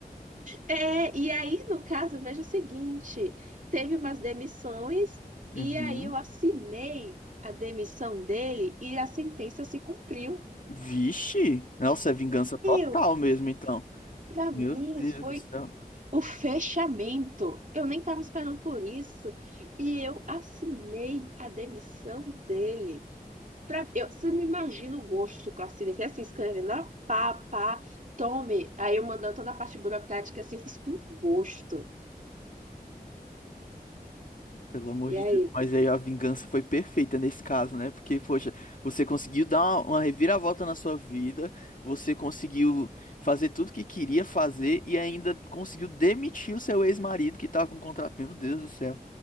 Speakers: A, on the right; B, on the left.
A: É, e aí, no caso, veja o seguinte: teve umas demissões,
B: Uhum.
A: e aí eu assinei a demissão dele e a sentença se cumpriu.
B: Vixe. Nossa, é vingança total
A: Eu,
B: mesmo, então.
A: para
B: Meu
A: mim,
B: Deus
A: foi
B: do céu.
A: o fechamento. Eu nem estava esperando por isso. E eu assinei a demissão dele. Pra, eu, você não imagina o gosto que eu assinei. Foi assim, escrevendo, ó, pá, pá, tome. Aí eu mandando toda a parte burocrática assim, fiz com gosto.
B: Pelo amor
A: E
B: de
A: aí?
B: Deus. Mas aí a vingança foi perfeita nesse caso, né? Porque, poxa, você conseguiu dar uma, uma reviravolta na sua vida, você conseguiu fazer tudo que queria fazer e ainda conseguiu demitir o seu ex-marido que tava com contrato. Meu Deus do céu.